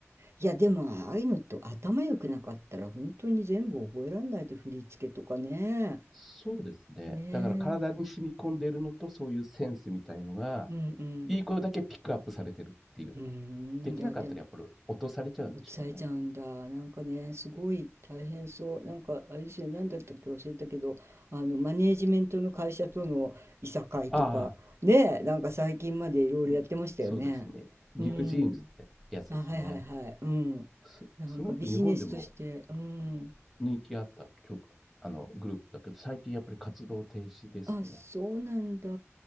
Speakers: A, on the right; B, in the centre.
A: いや、でもああいうのって頭良くなかったら本当に全部覚えられないと振り付けとかね。
B: そうですね。
A: ねえ。
B: だから体に染み込んでいるのと、そういうセンスみたいのが、
A: うんうん。
B: いい子だけピックアップされてるっていうような。
A: うーん。
B: できなかったらやっぱり落とされちゃうんでしょうね。
A: いや、でも落ちされちゃうんだ。なんかね、すごい大変そう。なんかあれですよね、何だったっけ忘れたけど、あのマネージメントの会社とのいさかいとか、
B: あ
A: ねえ、なんか最近までいろいろやってましたよね。
B: あ、んそうですね。ニュージーンズってやつですね。
A: うん。あ、はいはいはい。うん。
B: す、
A: なんかビジネスとして、
B: すごく日本でも
A: うん。
B: 人気あった曲、あの、グループだけど、最近やっぱり活動停止ですね。
A: あ、そうなんだ。